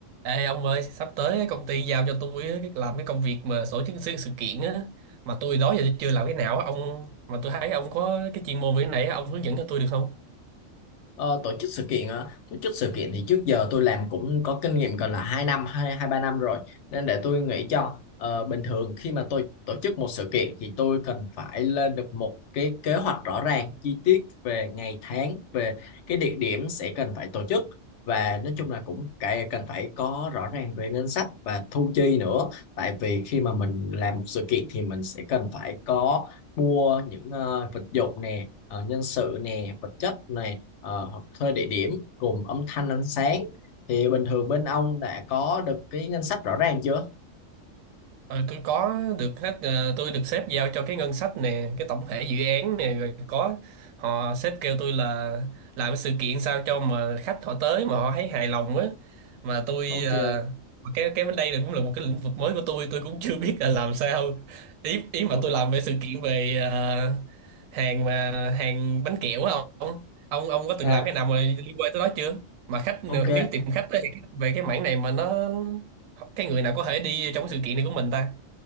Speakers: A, on the right; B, on the left.
A: Ê ông ơi, sắp tới công ty giao cho tôi á, cái làm cái công việc mà tổ chức sự, sự kiện á mà tôi đó giờ tôi chưa làm cái nào á ông mà tôi thấy ông có cái chuyên môn về cái này á, ông hướng dẫn cho tôi được không?
B: Ờ, tổ chức sự kiện á, tổ chức sự kiện thì trước giờ tôi làm cũng có kinh nghiệm gần là 2 năm, 2 2 3 năm rồi. Nên để tôi nghĩ cho ờ, bình thường khi mà tôi tổ chức một sự kiện thì tôi cần phải lên được một cái kế hoạch rõ ràng, chi tiết về ngày tháng, về cái địa điểm sẽ cần phải tổ chức và nói chung là cũng cái cần phải có rõ ràng về ngân sách và thu chi nữa. Tại vì khi mà mình làm một sự kiện thì mình sẽ cần phải có mua những ờ, vật dụng nè, ờ, nhân sự nè, vật chất nè ờ, hoặc thuê địa điểm cùng âm thanh ánh sáng thì bình thường bên ông đã có được cái ngân sách rõ ràng chưa
A: Ừ, tôi có được hết ờ, tôi được sếp giao cho cái ngân sách nè cái tổng thể dự án nè rồi có họ sếp kêu tôi là làm cái sự kiện sao cho mà khách họ tới mà họ thấy hài lòng á mà tôi
B: ok
A: ờ, cái cái bên đây này cũng là một cái lĩnh vực mới của tôi tôi cũng chưa biết là làm sao ý ý mà
B: o-
A: tôi làm về sự kiện về ờ, hàng mà hàng bánh kẹo á ông ông ông có
B: à,
A: từng làm cái nào mà liên quan tới đó chưa mà khách
B: ok
A: nếu tìm khách á, thì khách về cái mảng này mà nó cái người nào có thể đi trong cái sự kiện này của mình ta